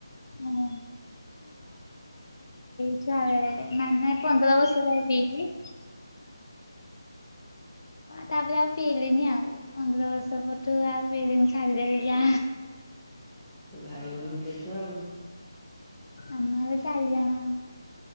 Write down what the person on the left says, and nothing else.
ଓହୋ ଛୁଆବେଳେ ମାନେ ପନ୍ଦର ବର୍ଷ ତଳେ ପିଥିଲି ତାପରେ ଆଉ ପିଇଲିନି ଆଉ। ପନ୍ଦର ବର୍ଷ ପରଠୁ ଆଉ ପିଇଲିନ ଛାଡିଦେଲି ଯା
ଆମର ଚାରିଜଣ।